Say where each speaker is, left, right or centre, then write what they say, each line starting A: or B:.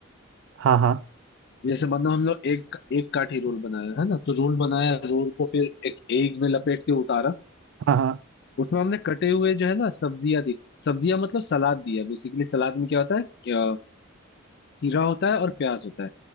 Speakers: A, on the right (about 65°); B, on the left (about 55°).
A: हाँ हाँ
B: जैसे मान लो हम लोग एक एक काठी रोल बनाया है ना तो रोल बनाया रोल को फिर एक एग में लपेट के उतारा
A: हाँ हाँ
B: उसमें हमने कटे हुए जो है ना सब्जियां दी सब्जियां मतलब सलाद दिया बेसिकली सलाद में क्या होता है क्या- खीरा होता है और प्याज होता है